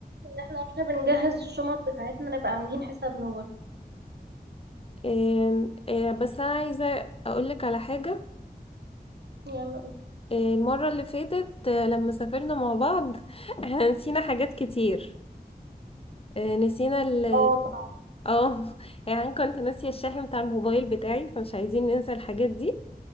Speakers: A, on the right (about 85°); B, on the left (about 35°).
A: ان احنا واحنا بنجهز الشنط بتاعتنا نبقى عاملين حسابنا برضه
B: آم، آه، بس انا عايزة اقولك على حاجة
A: يلا قول.
B: آه، المرة اللي فاتت آه، لما سافرنا مع بعض <laughs> احنا نسينا حاجات كتير آه، نسينا ال
A: اه طبعا
B: اه <laughs> يعني أنا كنت ناسية الشاحن بتاع الموبايل بتاعي فمش عايزين ننسى الحاجات دي